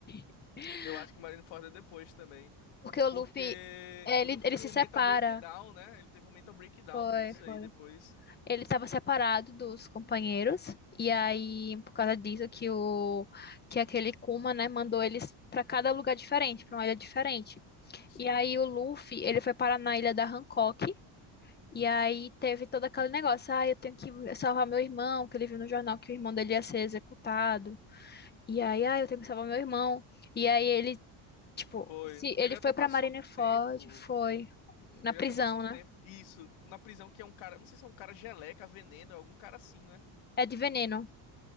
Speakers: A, on the left (about 20°); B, on the left (about 70°).
A: <laughs>
B: Eu acho que o Marineford é depois também.
A: Porque o
B: Porque
A: Luffy, é,
B: o
A: ele,
B: Luffy
A: ele
B: teve
A: se
B: um
A: separa.
B: mental breakdown, né? Ele teve um mental breakdown
A: Foi,
B: disso
A: foi.
B: aí depois.
A: Ele estava separado dos companheiros. E aí, por causa disso, que o que aquele Kuma, né, mandou eles para cada lugar diferente, para uma ilha diferente.
B: Sim,
A: E aí o Luffy, ele foi parar na ilha da Hancock, E aí teve todo aquele negócio, ah, eu tenho que salvar meu irmão, que ele viu no jornal que o irmão dele ia ser executado. E aí, ah, eu tenho que salvar meu irmão. E aí ele, tipo,
B: foi.
A: se ele
B: Ele
A: foi
B: até
A: pra
B: passou
A: Marineford,
B: um tempo.
A: foi na
B: Ele
A: prisão,
B: até passou um
A: né?
B: tempo. Isso, na prisão que é um cara. Não sei se é um cara geleca, veneno, é algum cara assim, né?
A: É de veneno,